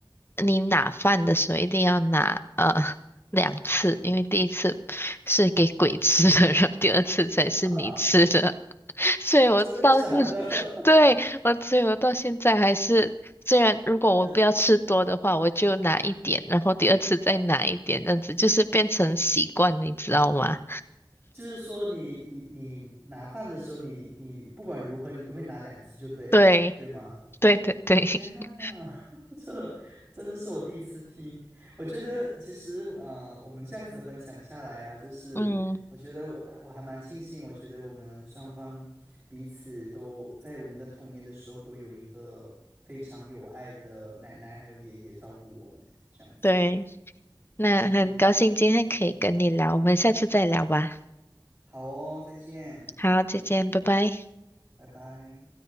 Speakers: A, on the left (about 30°); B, on the right (about 30°).
A: 你拿饭的时候一定要拿。两次，因为第一次是给鬼吃的，然后第二次才是你吃的，
B: <laughs>
A: <laughs> 所以我到，
B: 真的假的？
A: <laughs> 对，我，所以我到现在还是，虽然如果我不要吃多的话，
B: <laughs> 呃，
A: 我就拿一点，然后第二次再拿一点，这样子就是变成习惯，你知道吗？
B: 就是说你你你拿饭的时候，你你不管如何，你都会拿两次就对了，
A: 对，
B: 对吗？
A: 对对对，
B: 天呐，
A: <laughs>
B: <laughs> 这真的是我第一次听。我觉得其实啊、呃我们这样子分享下来啊，就是我觉得我我还蛮庆幸，
A: 嗯，
B: 我觉得我们双方彼此都在我们的童年的时候都有一个非常有爱的奶奶还有爷爷照顾我们，这样子。
A: 对，那很高兴今天可以跟你聊，
B: 嗯，
A: 我们下次再聊吧。
B: 好哦，再见，
A: 好，再见，拜拜。
B: 拜拜。